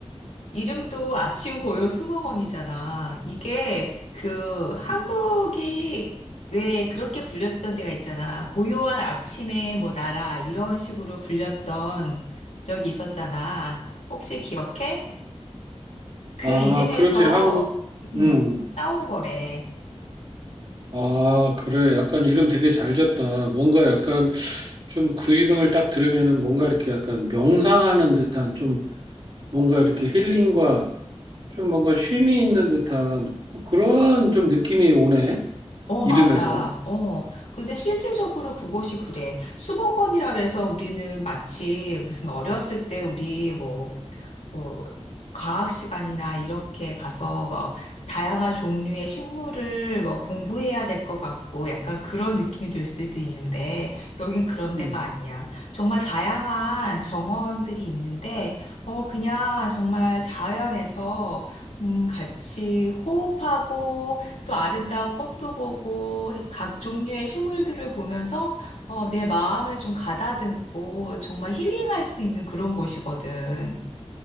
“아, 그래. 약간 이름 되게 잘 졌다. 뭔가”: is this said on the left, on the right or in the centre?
Right